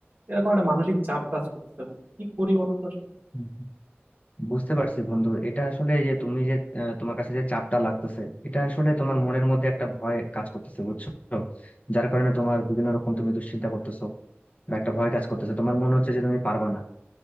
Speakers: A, on the right (about 50°); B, on the left (about 35°).
A: এরকম একটা মানসিক চাপ কাজ করতেছে বন্ধু কি করি বলো তো আসলে
B: হুম, হুম। বুঝতে পারছি বন্ধু এটা আসলে এই যে তুমি যে আহ, তোমার কাছে যে চাপটা লাগতেছে এটা আসলে তোমার মনের মধ্যে একটা ভয় কাজ করতেছে বুঝছো যার কারণে তোমার বিভিন্ন রকম তুমি দুশ্চিন্তা করতেছো বা একটা ভয় কাজ করতেছে তোমার মনে হচ্ছে যে তুমি পারবা না